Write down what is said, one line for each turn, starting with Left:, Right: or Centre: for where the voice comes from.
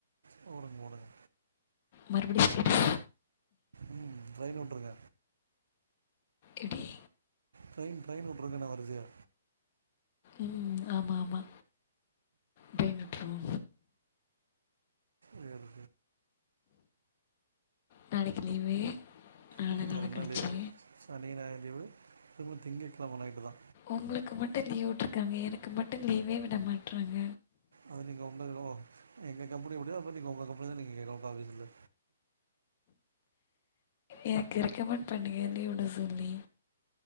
Right: போடுங்க போடுங்க
Left: மறுபடி ஸ்டேட்டஸ்
Right: ம் ட்ரெயின் விட்றுங்க
Left: எப்டி
Right: ட்ரெயின் ட்ரெயின் விற்றுங்கன வரிசயா
Left: ம் ஆமா ஆமா ட்ரெயின் விற்றுவோ
Right: வேறு
Left: நாளைக்கு லீவு நாள
Right: ம்
Left: நாள
Right: ரெண்டு
Left: கழச்சு
Right: நாள் லீவு சனி ஞாயிறு லீவு திரும்ப திங்ககிழம நைட்டு தா
Left: உங்களுக்கு மட்டு லீவ் விடட்டருக்காங்க எனக்கு மட்டு லீவே விட மாட்றாங்க
Right: அது நீங்க உங்களோ எங்க கம்பனி எப்டியா அப்போ நீங்க உங்க கம்பெனி தா நீங்க கேக்கலா ஆபீஸ்ல
Left: எனக்கு ரெக்கமெண்ட் பண்ணுங்க லீவ் விட சொல்லி